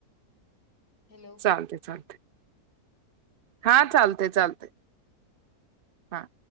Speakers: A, on the left; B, on the right.
A: हॅलो
B: चालते चालते. हा
A: हो हो
B: चालते चालते. हा.